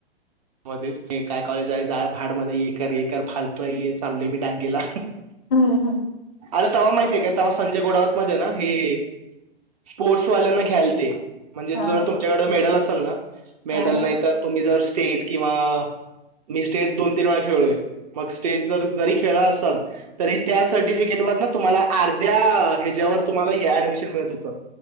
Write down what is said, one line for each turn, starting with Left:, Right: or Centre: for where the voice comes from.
Right: मध्येच काय कॉलेज आहे जा भाड मध्ये ये कर ये कर फालतोय हे चाललोय मी डांगेला
Left: हम्म हं
Right: अरे तेवा माहती आहे काय तेवा संजय गोडावत मध्ये ना हे स्पोर्ट्स वाल्यांना घ्यायलते. म्हणजे
Left: हा
Right: जर तुमच्याकडे मेडल असेल चल ना मेडल
Left: हा
Right: नाही तर तुम्ही जर स्टेट किंवा मी स्टेट दोन तीन वेळा खेळलोय मग स्टेट जर जरी खेळला असाल, तरी त्या सर्टिफिकेट त्याच्यावर तुम्हाला अर्ध्या ह्याच्यावर तुम्हाला ऍडमिशन मिळत होत.